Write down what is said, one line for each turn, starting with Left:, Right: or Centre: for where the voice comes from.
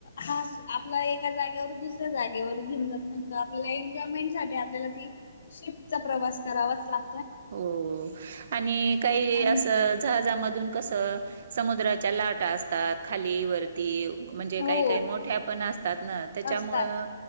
Left: हा आपला एका जागेवर दुसऱ्या जागेवर घेऊन जातो म्हणजे त आपल्याला एन्जॉयमेंट त्यासाठी आपल्याला ती शिपचा प्रवास करावाच लाग
Right: हो आणि काही
Left: आणि
Right: असं जहाजामध् कस समुद्राच्या लाटा असतात. खाली म्हणजे
Left: हो
Right: काही -काही मोठ्या पण असतात ना, त्याच्यामुळं
Left: असतात